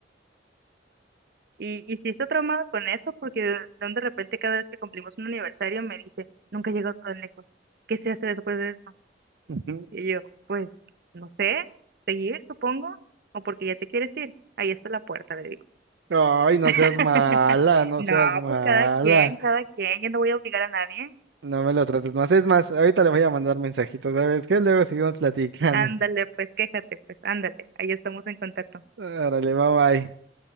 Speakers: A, on the right; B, on the right.
A: Y, y sí está traumado con eso, porque de, de un de repente cada vez que cumplimos un aniversario me dice, nunca llegó tan lejos. ¿Qué se hace después de esto?
B: Ujú.
A: Y yo, pues, no sé, seguir, supongo, o porque ya te quieres ir. Ahí está la puerta, le digo.
B: Ay, no
A: <laughs>
B: seas mala, no
A: No,
B: seas mala,
A: pues cada quien, cada quien, yo no voy a obligar a nadie.
B: no me lo trates más. Es más, ahorita le voy a mandar mensajitos, ¿sabes qué? Luego seguimos platicando.
A: Ándale, pues quéjate, pues ándale, ahí estamos en contacto.
B: <laughs> Órale, bye bye.